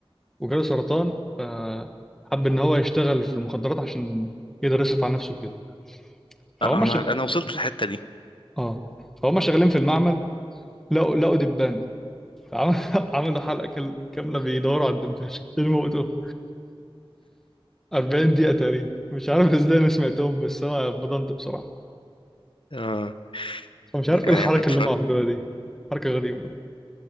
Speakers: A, in the centre; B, on the left (about 60°).
A: وجاله سرطان فحب ان هو يشتغل في المخدرات عشان يقدر يصرف على نفسه كده فهم
B: آه، انا
A: شغ...
B: انا وصلت للحته دي
A: اه فهم شغالين في المعمل لقوا لقوا دبانه فعم- <laughs> عملوا حلقه كل- كامله بيدوروا على الدبانه اللي موتوه 40 <laughs> دقيقه تقريبا مش عارف ازاي انا سمعتهم بس انا بضنت بصراحه
B: اه
A: فمش عارف
B: يعني
A: ايه الحركه
B: اتفرجت
A: اللي هم عملوها دي حركه غريبه